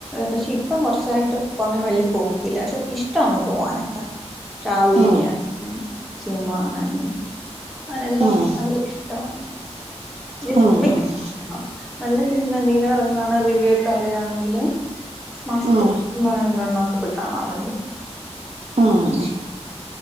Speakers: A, in the centre; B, on the right.
A: പക്ഷെ ഇപ്പൊ കുറച്ചേയിട്ടേ പുറത്ത് ഒന്നെയും വലിയ പോകില്ല പക്ഷെ ഇഷ്ട്ടന്നെ പോവാനൊക്കെ ട്രാവലെയ്യാൻ
B: ഉം
A: സിനിമ കാണാൻ അങ്ങനെ എല്ലാം
B: ഉം
A: ഇഷ്ട്ടമാണ് ഏയ്‌
B: ഉം
A: സിനിമക്ക് നല്ല സിനിമ എന്തെകിലു ഇറങ്ങനെ റിവ്യൂ അറിയാണെങ്കില് മാസത്തിൽ
B: ഉം
A: ഒന്നോ രണ്ടോ എണ്ണക്കെ ഇപ്പ കാണാറുണ്ട്
B: ഉം